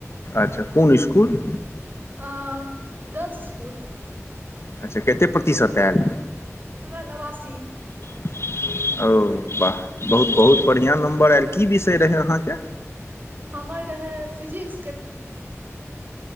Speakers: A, on the left; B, on the right.
A: अच्छा कोन स्कूल
B: आ गर्ल्स स्कूल
A: अच्छा कते प्रतिशत आयल
B: हमरा नवासी
A: ओ वाह बहुत बहुत बढ़िआँ नम्बर आयल की विषय रहै अहाँके
B: हमर रहै फिजिक्स